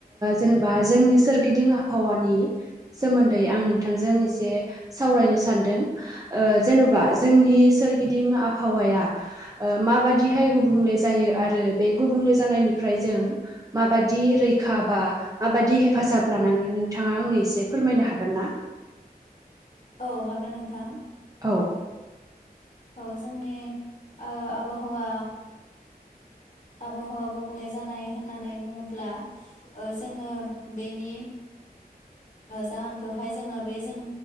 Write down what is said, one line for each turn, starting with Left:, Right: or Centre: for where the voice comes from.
Right: जेनेबा जोंनि सोरगिदिं आबहावानि सोमोन्दै आं नोंथांजों एसे सावरायनो सानदों ओ जेन'बा
Left: औ
Right: जोंनि सोरगिदिं आबहावाया ओ माबादिहाय गुबुंले जायो आरो बे गुबुंले जानायनिफ्राय जों माबायदि रैखाबा माबादि हेफाजाब लानांगोन नोंथाङा आंनो एसे फोरमायनो हागोन ना
Left: औ हागोन नोंथां
Right: औ
Left: औ जोंनि ओ आबहावा आबहावा गुबुंले जानाय होननानै बुङोब्ला ओ जोङो बेनि जाहोनखौहाय जोङो बे जों